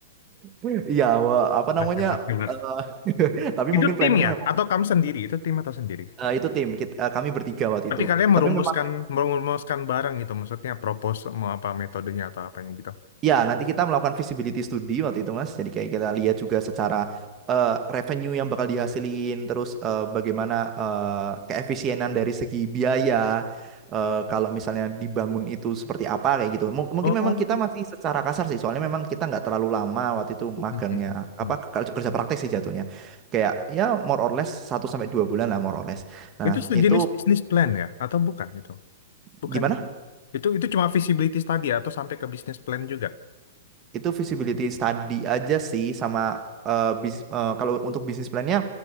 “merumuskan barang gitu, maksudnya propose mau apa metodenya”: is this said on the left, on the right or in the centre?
Left